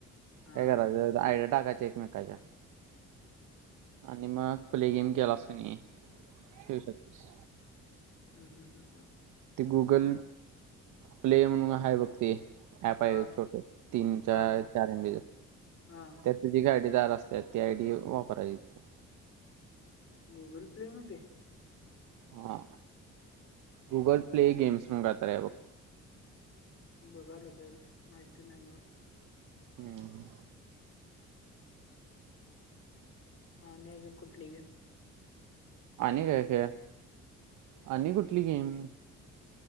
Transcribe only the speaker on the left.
हा
हम्, हम, हम्, हम्
हा
हा
हा
गुगल प्ले मध्ये
बघायला पाहिजे माहिती नाही मला
हा न अजून कुठली गेम.